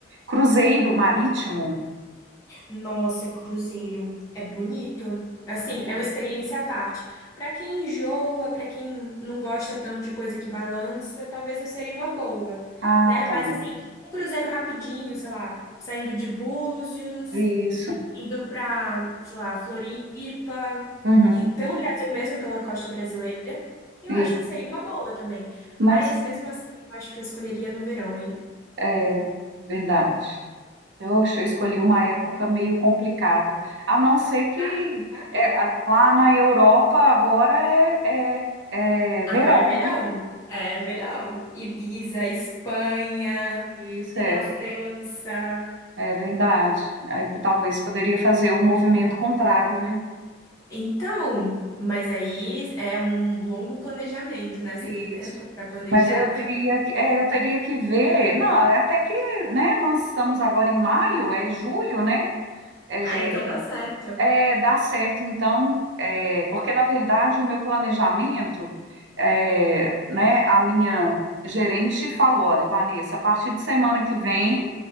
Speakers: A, on the right (about 65°); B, on the left (about 15°).
A: cruzeiro marítimo.
B: Nossa, é cruzeiro. É bonito. Assim,
A: É.
B: é uma experiência à parte. Pra quem enjoa, pra quem não gosta tanto de coisa que balança, talvez não seria uma boa,
A: Ah,
B: né?
A: tá.
B: Mas assim, um cruzeiro rapidinho, sei lá, saindo de Búzios,
A: Isso.
B: indo pra, sei lá, Floripa,
A: Uhum.
B: e- pelo Brasil mesmo, pela costa brasileira, eu
A: E-
B: acho que seria uma boa também.
A: mas
B: Mas mesmo assim, eu acho que eu escolheria no verão, hein?
A: é verdade. Eu acho- eu escolhi uma época meio complicada. A não ser que
B: Ah, nada.
A: é, a- lá na Europa agora é, é, é
B: Agora
A: verão,
B: é verão.
A: né?
B: É verão. Ibiza, Espanha,
A: Isso
B: tem
A: é,
B: a França.
A: é verdade. Aí p- talvez poderia fazer o movimento contrário, né?
B: Então, mas aí é um longo planejamento, né? Você
A: Isso.
B: tem tempo para planejar?
A: Mas eu teria, que- é, eu teria que ver. Não, até que, né? Nós estamos agora em maio, é julho, né? É,
B: Ah, então dá certo.
A: É, dá certo, então, é, porque na verdade o meu planejamento, é, né, a minha gerente falou, olha, Vanessa, a partir de semana que vem,